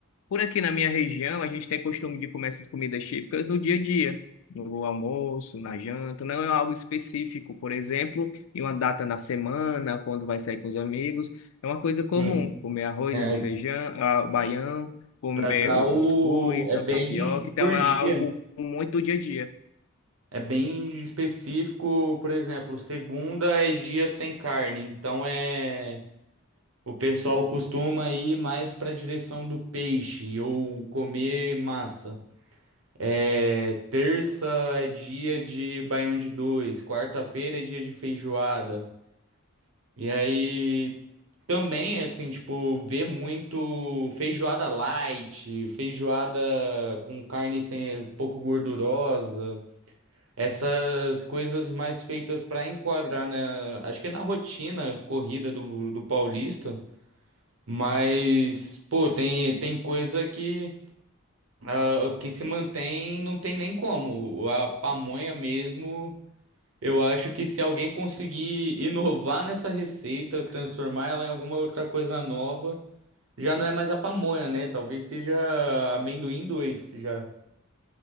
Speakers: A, on the left; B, on the right.
A: por aqui na minha região, a gente tem costume de comer essas comidas típicas no dia a dia, no almoço, na janta, não é algo específico, por exemplo, em uma data na semana, quando vai sair com os amigos, é uma coisa comum,
B: Sim.
A: comer arroz
B: É,
A: e feijão, ah, baião, comer
B: Pra cá
A: o
B: o...
A: cuscuz,
B: é bem
A: a tapioca, então
B: por
A: é
B: dia.
A: algo muito dia a dia.
B: É bem específico, por exemplo, segunda é dia sem carne, então é o pessoal costuma ir mais para a direção do peixe ou comer massa. É, terça é dia de baião de dois, quarta-feira é dia de feijoada. E aí também assim, tipo, vê muito feijoada light, feijoada com carne sem um pouco gordurosa, essas coisas mais feitas para enquadrar na, acho que é na rotina corrida do, do paulista, mas pô, tem tem coisa que ah, que se mantém, não tem nem como. A pamonha mesmo eu acho que se alguém conseguir inovar nessa receita, transformar ela em alguma outra coisa nova, já não é mais a pamonha, né? Talvez seja amendoim dois já.